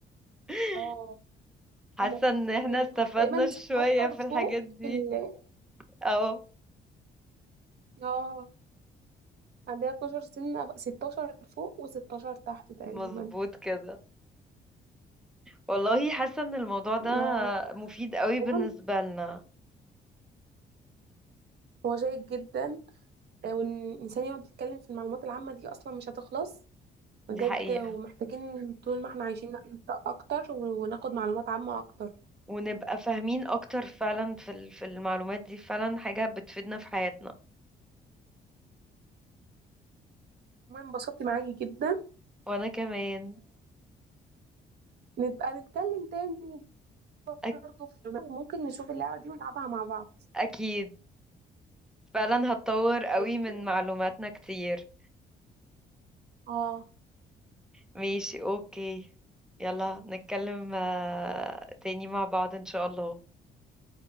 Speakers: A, in the centre; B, on the right.
A: <laughs>
B: اه
A: حاسة
B: هما
A: ان احنا
B: اتنين-
A: استفدنا
B: تقريبا
A: شوية
B: 16
A: في الحاجات
B: فوق
A: دي
B: في ال
A: اه
B: اه عندنا 12 سنه 16 فوق و16 تحت تقريبا
A: مظبوط كده والله حاسة ان الموضوع ده
B: اه
A: مفيد قوي
B: هو
A: بالنسبة لنا
B: هو شيق جدا آه، وان الانسان يقعد يتكلم في المعلومات العامه دي اصلا مش هتخلص بجد
A: دي حقيقة
B: ومحتاجين طول ما احنا عايشين نقرا اكتر وناخد معلومات عامة اكتر
A: ونبقى فاهمين اكتر فعلا في ال- في المعلومات دي فعلا حاجة بتفيدنا في حياتنا
B: المهم انبسطت معاكي جدا
A: وانا كمان
B: ونبقى نتكلم تاني
A: أك
B: برضه في ممكن نشوف اللعبة دي ونلعبها مع بعض
A: اكيد فعلا هتطور قوي
B: ماشي.
A: من معلوماتنا كتير
B: اه ان
A: ماشي اوكي يلا نتكلم آه، تاني مع بعض ان شاء الله